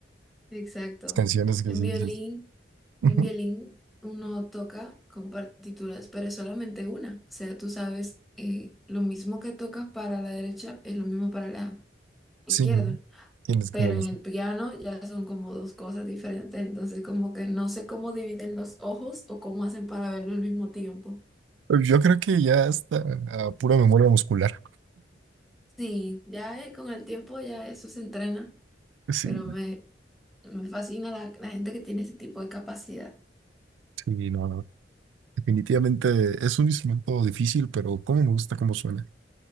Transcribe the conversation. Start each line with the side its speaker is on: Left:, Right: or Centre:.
Centre: Exacto.
Right: Las canciones que
Centre: En
Right: sí
Centre: violín,
Right: dices. ujú,
Centre: en violín uno toca con partituras, pero es solamente una. O sea, tú sabes, eh, lo mismo que tocas para la derecha es lo mismo para la izquierda.
Right: Sí, ¿no? tienes
Centre: Pero
Right: como
Centre: en
Right: las
Centre: el piano ya son como dos cosas diferentes. Entonces, como que no sé cómo dividen los ojos o cómo hacen para verlo al mismo tiempo.
Right: Yo creo que ya está a pura memoria muscular.
Centre: Sí, ya eh, con el tiempo ya eso se entrena,
Right: Sí,
Centre: pero me, me fascina la, la gente que tiene ese tipo de capacidad.
Right: sí, no, no. Definitivamente es un instrumento difícil, pero cómo me gusta cómo suena.